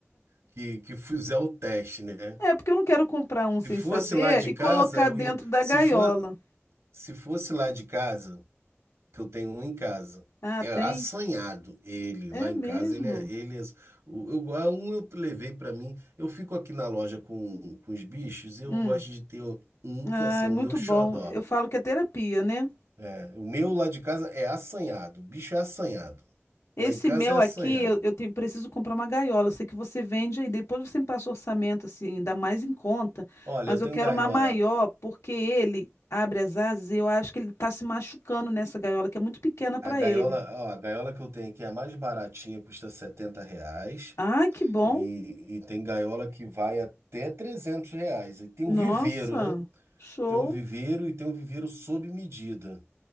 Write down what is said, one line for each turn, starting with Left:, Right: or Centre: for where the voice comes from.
Right: que, que fizer o teste, né?
Left: É, porque eu não quero comprar um sem
Right: Se fosse
Left: saber
Right: lá de
Left: e
Right: casa,
Left: colocar
Right: eu
Left: dentro
Right: ia.
Left: da
Right: Se
Left: gaiola.
Right: for, se fosse lá de casa. que eu tenho um em casa.
Left: Ah,
Right: É
Left: tem?
Right: assanhado ele
Left: É
Right: lá
Left: mesmo.
Right: em casa. Ele é, ele é, o- eu, a um eu levei pra mim. Eu fico aqui na loja com, com os bichos. Eu
Left: Hum.
Right: gosto de ter um
Left: Ah,
Right: que assim,
Left: é
Right: é o
Left: muito
Right: meu xodó.
Left: bom. Eu falo que é terapia, né?
Right: É, o meu lá de casa é assanhado. O bicho é assanhado.
Left: Esse
Right: Lá em casa
Left: meu
Right: é
Left: aqui,
Right: assanhado.
Left: eu, eu tenho- preciso comprar uma gaiola. Eu sei que você vende aí, depois você me passa o orçamento, assim, ainda mais em conta.
Right: Olha,
Left: Mas
Right: eu tenho
Left: eu quero
Right: gaiola.
Left: uma maior, porque ele abre as asas e eu acho que ele tá se machucando nessa gaiola, que é muito pequena para
Right: A gaiola,
Left: ele.
Right: ó, a gaiola que eu tenho aqui é a mais baratinha, custa 70 reais.
Left: Ai, que bom.
Right: E, e tem gaiola que vai até 300 reais. E tem
Left: Nossa,
Right: o viveiro, né?
Left: show.
Right: Tem um viveiro e tem um viveiro sob medida.